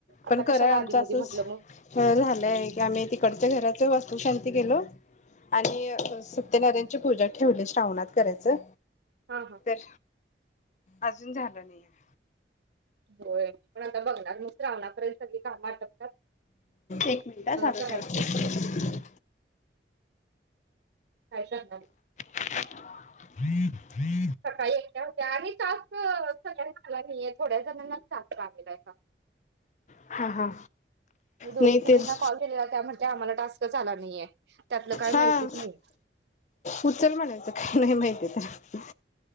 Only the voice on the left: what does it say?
पण
करा
आमचं
असंच
झालंय की आम्ही तिकडच्या घराच वास्तु शांती केलो आणि सत्यनारायची पूजा ठेवली श्रावणात करायचं
तर, अजून झालं नाही आहे
एक मिनिटा चालू
ठेव
<unintelligible>
हा हा
नाही
तेच
हा
उचल म्हणायचं काही नाही माहिती तर